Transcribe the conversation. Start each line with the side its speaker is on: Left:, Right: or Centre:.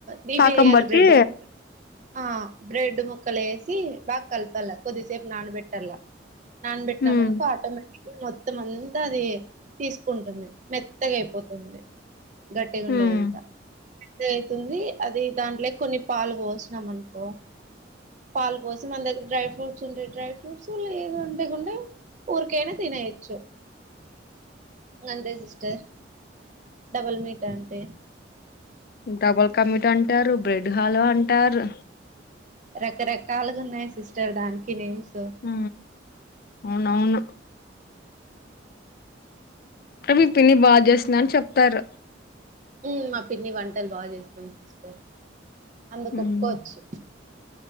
Right: దీవి
Left: పాకం
Right: వేయ్యాల
Left: బట్టి
Right: బ్రెడ్ హా బ్రెడ్ ము ముక్కలేసి బా కలపాల కొద్దిసేపు నానబెట్టల్ల నానబెట్నామనుకో
Left: ఉమ్
Right: ఆటోమేటి మొత్తం అంతా అది తీసుకుంటుంది మెత్తగా అయిపోతుంది గట్టిగ
Left: హ్మ్.
Right: ఉండేదంతా అయితుంది అది దాంట్లేకి కొన్ని పాలు పోస్నాం అనుకో పాలు పోసి మన దగ్గర డ్రై ఫ్రూట్స్ ఉంటే డ్రై ఫ్రూట్స్ లేది అంటేకుం ఊరికే అయినా తినేయచ్చు ఇంగ అంతే సిస్టర్ డబల్ మీట అంటే
Left: డబుల్ కమీట అంటారు బ్రెడ్ హల్వ అంటారు
Right: రకరకాలుగా ఉన్నాయి సిస్టర్ దానికి నేమ్స్
Left: హ అవును అవును అంటే మీ పిన్ని బా జేషిన చెప్తారు
Right: ఉ మా పిన్ని వంటలు బాగ చేస్తుంది సిస్టర్ అందుకు
Left: హ్మ్.
Right: ఒప్పుకోవచ్చు